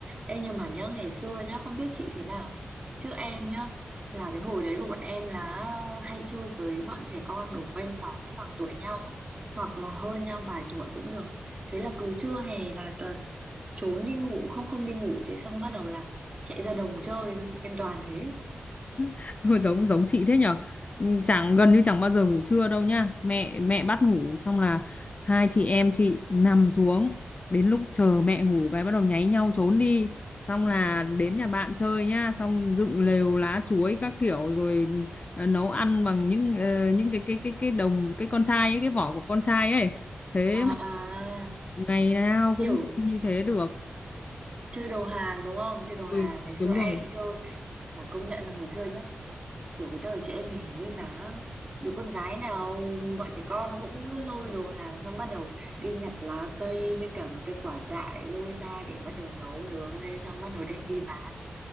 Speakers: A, on the right; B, on the left.
A: Ê nhưng mà nhớ ngày xưa nhá Không biết chị thế nào Chứ em nhá Là cái hồi đấy của bọn em là Hay chơi với bọn trẻ con ở quanh xóm Bằng tuổi nhau ấy Hoặc là hơn nhau vài tuổi cũng được Thế là cứ trưa hè là tuần Trốn đi ngủ không không đi ngủ Thế xong bắt đầu là chạy ra đồng chơi thôi Em toàn thế
B: <laughs> Hơi giống giống chị thế nhở Ừ, chẳng gần như chẳng bao giờ ngủ trưa đâu nha mẹ mẹ bắt ngủ xong là hai chị em chị nằm xuống đến lúc chờ mẹ ngủ cái bắt đầu nháy nhau trốn đi xong là đến nhà bạn chơi nhá xong dựng lều lá chuối các kiểu rồi ờ, nấu ăn bằng những ờ, những cái cái cái cái đồng cái con trai ấy cái vỏ của con trai ấy thế
A: à, à,
B: mà ngày nào cũng
A: kiểu
B: như thế được
A: chơi đồ hàng đúng không chơi đồ hàng
B: ừ,
A: ngày xưa
B: đúng
A: em
B: rồi
A: chơi mà công nhận là ngày xưa nhá kiểu cái thời chị em mình hình như là đứa con gái nào bọn trẻ con nó cũng cứ lôi đồ hàng xong bắt đầu đi nhặt lá cây với cả một cái quả dại lôi ra để bắt đầu nấu nướng lên xong bắt đầu đem đi bán